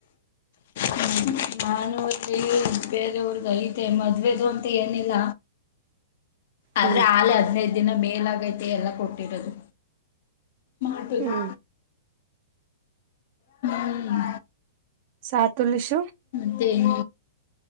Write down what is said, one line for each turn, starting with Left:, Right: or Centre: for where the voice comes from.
Left: ಹ್ಮ ನಾನೂ ಬೇರೆಯವರ್ದ್ ಐತೆ ಮದ್ವೆದು ಅಂತ್ ಏನಿಲ್ಲ. ಆದ್ರೆ
Right: ಹ್ಮ್
Left: ಆಲೆ ಹದ್ನೈದ್ ದಿನ ಮೇಲಾಗೈತೆ ಎಲ್ಲ ಕೊಟ್ಟಿರೋದು. ಮಾಡ್ಬೇಕು.
Right: ಹ್ಮ್
Left: ಹ್ಮ
Right: ಸಾತುಲಿಶ್
Left: ಮತ್ತೆನ್